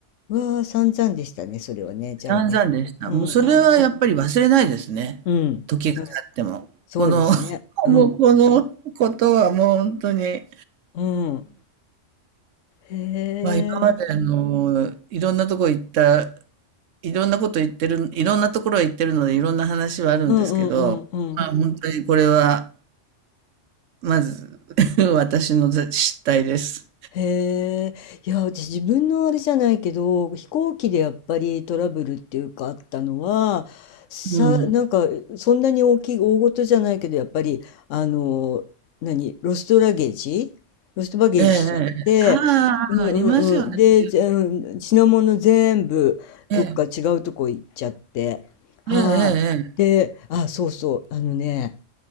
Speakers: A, on the left; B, on the right.
A: うわあ、散々でしたね、それはね。じゃあね。
B: 散々でした。
A: うん、
B: もうそれはやっぱり忘れないですね。
A: うん。うん。
B: 時が経っても。
A: はいそうですね。
B: この <laughs>
A: うん。
B: もうこのことはもう本当に、
A: うん。へえ。
B: まあ今まであの、いろんなとこ行った、いろんなこと言ってる、いろんなところへ行ってるのでいろんな話はあるんですけど、
A: うんうんうんうん。
B: まあ本当にこれは、まず <laughs> 私の失態です。
A: へえ、いや、私自分のあれじゃないけど、飛行機でやっぱりトラブルっていうかあったのは、さ、
B: うん。
A: なんか、そんなに大きい、大事じゃないけど、やっぱり、あの、何、ロストラゲージロストバゲージしちゃって、
B: ええ、ええ。ああ、
A: うんうんうん。
B: ありますよね、
A: で、
B: 時々
A: ぜうん品物全部、
B: ね。
A: どっか違うとこ行っちゃって。はい。
B: ええ、ええ、ええ。ええ
A: で、あ、そうそう、あのね、